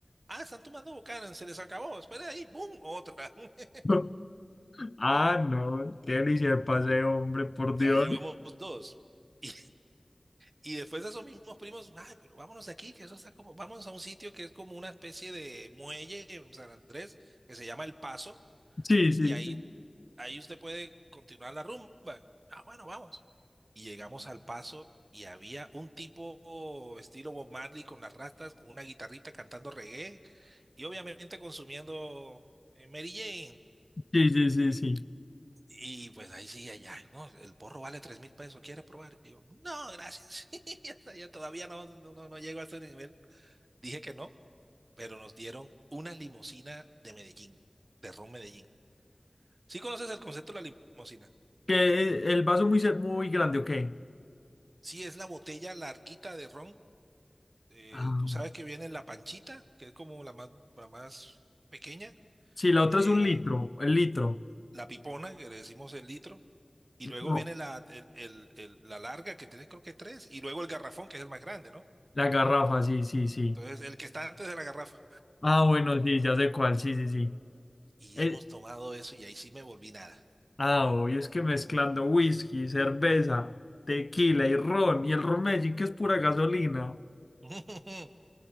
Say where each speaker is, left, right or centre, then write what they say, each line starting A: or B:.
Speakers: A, on the right; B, on the left.
A: Ah, están tomando Buchanan, se les acabó, espera ahí, ¡boom! Otra. <laughs>
B: <laughs> Ah, no, qué delicia de pase, hombre, por Dios.
A: Ya llevamos dos. Y, y después de esos mismos primos, ay, pero vámonos de aquí, que eso está como, vamos a un sitio que es como una especie de muelle en San Andrés, que se llama El Paso,
B: Sí, sí,
A: y ahí,
B: sí,
A: ahí usted puede continuar la rumba. Ah, bueno, vamos. Y llegamos al Paso y había un tipo estilo Bob Marley con las rastas, con una guitarrita cantando reggae y obviamente consumiendo eh, Mary Jane.
B: sí, sí, sí, sí.
A: Y pues ahí sí, allá, no, el porro vale tres mil pesos, ¿quiere probar? Y yo, no, gracias. <laughs> Yo todavía no, no, no no llego a ese nivel. Dije que no, pero nos dieron una limusina de Medellín, de ron Medellín. ¿Sí conoces el concepto de la limusina?
B: Que el vaso muy, se- muy grande, ¿o qué?
A: Sí, es la botella larguita de ron. eh,
B: Ah,
A: tú sabes
B: bueno.
A: que viene la panchita, que es como la más, la más pequeña,
B: Sí, la otra
A: eh,
B: es un litro, el litro.
A: la pipona, que le decimos el litro, y luego
B: No,
A: viene la, el- el- el- la larga, que tiene creo que tres, y luego el garrafón, que es el más grande, no
B: la garrafa, sí, sí, sí.
A: Entonces, el que está antes de la garrafa.
B: Ah, bueno, sí, ya sé cuál, sí, sí, sí.
A: Y
B: Eh,
A: hemos tomado eso y ahí sí me volví nada.
B: ah, obvio, es que mezclando whisky, cerveza, tequila y ron, y el ron Medellín, que es pura gasolina.
A: <laughs>